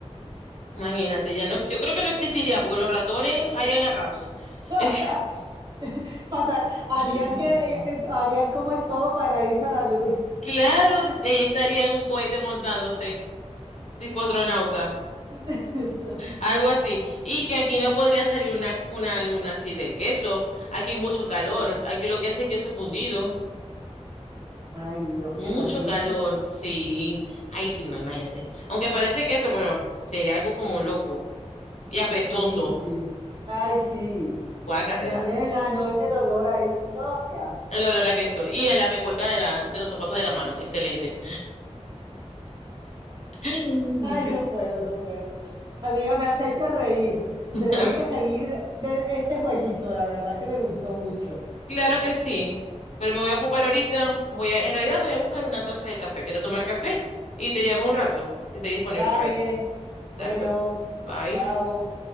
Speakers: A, on the left; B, on the right.
A: Imagínate, ya no, ex- yo creo que no existiría porque los ratones harían arraso.
B: <laughs>
A: Es-
B: Pasa- harían
A: <laughs>
B: que, harían como es todo para irse a la luna.
A: Claro, de- ahí estaría en un cohete montándose, tipo astronauta,
B: <laughs>
A: algo así. Y que aquí no podría salir una, una luna así de queso. Aquí hay mucho calor, aquí lo que hace es queso fundido.
B: Ay, no,
A: Mucho
B: ¿te imaginas?
A: calor, sí. Ay, que no, imagínate. Aunque parece que eso, pero sería algo como loco y apestoso.
B: Sí, sí. Ay, sí.
A: Guácatela.
B: ¿Te imaginas en la noche el olor ahí? No, qué asco.
A: El olor a queso. Y el pecueca de la, de los zapatos de la mano. Excelente. <laughs>
B: Ay, no puedo, no puedo. Amiga, me has hecho reír. Tenemos
A: Am-
B: que seguir de este jueguito, la verdad es que me gustó mucho.
A: Claro que sí. Pero me voy a ocupar ahorita. Voy a, en realidad voy a buscar una taza de café. Quiero tomar café y te llamo un rato, que esté disponible
B: Vale,
A: por ahí.
B: bueno,
A: Dale, pues. Bye.
B: chao.